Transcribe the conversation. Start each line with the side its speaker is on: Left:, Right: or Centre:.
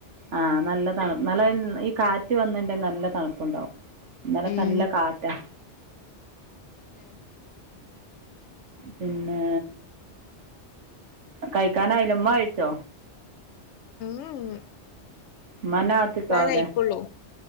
Right: ആഹ് നല്ല തണു നല്ല ഈ കാറ്റ് വന്നെന്റെ നല്ല തണുപ്പുണ്ടാവും ഇന്നലൊക്കെ
Left: ഉം
Right: നല്ല കാറ്റാ
Left: ഉം
Right: പിന്നെ കഴിക്കാനായില്ലേ മ്മ കയിച്ചോ
Left: മ് ഹ്
Right: മ്മന്നെ കാത്ത്ക്കാവുല്ലെ
Left: കഴിക്കൊള്ളൂ